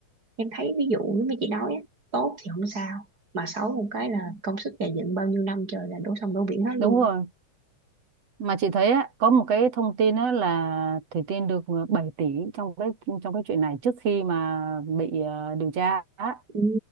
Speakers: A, on the right; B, on the right.
A: em thấy ví dụ như mấy chị nói á tốt thì không sao mà xấu một cái là công sức gầy dựng bao nhiêu năm trời là đổ sông đổ biển hết luôn
B: đúng rồi mà chị thấy á, có một cái thông tin á là Thủy Tiên được ờ, 7 tỷ trong cái trong cái chuyện này trước khi mà bị ờ, điều tra á.
A: Ừ,